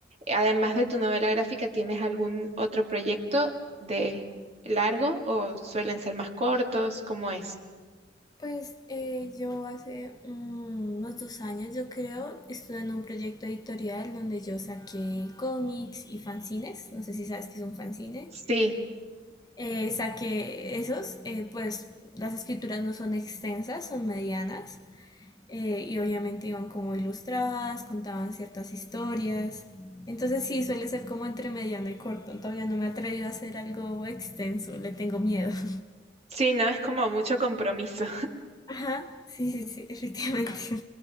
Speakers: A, on the right; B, on the left.
A: Además de tu novela gráfica, ¿tienes algún otro proyecto de largo o suelen ser más cortos? ¿Cómo es?
B: Pues eh, yo hace mm, unos dos años, yo creo, estuve en un proyecto editorial donde yo saqué cómics y fanzines, no sé si sabes qué es un fanzine,
A: Sí,
B: Eh, saqué esos, eh, pues las escrituras no son extensas, son medianas, eh, y obviamente iban como ilustradas, contaban ciertas historias, entonces sí, suele ser como entre mediano y corto, todavía no me he atrevido a hacer algo extenso, le tengo miedo. <laughs>
A: sí, no es como mucho compromiso.
B: Ajá, sí, sí, sí, <laughs> efectivamente.